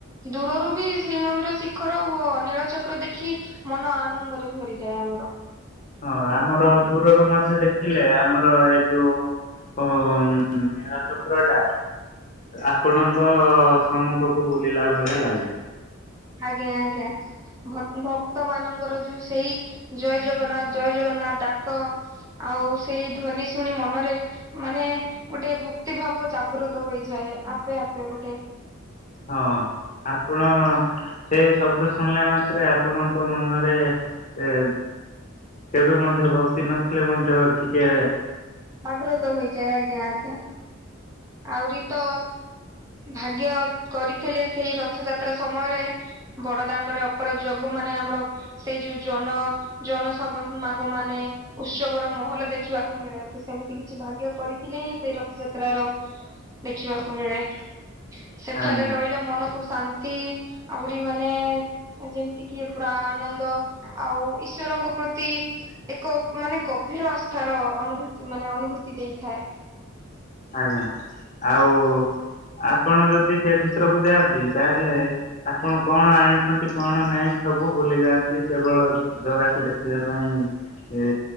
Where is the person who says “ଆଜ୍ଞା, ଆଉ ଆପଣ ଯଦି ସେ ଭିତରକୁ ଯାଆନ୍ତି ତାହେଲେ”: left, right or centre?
Left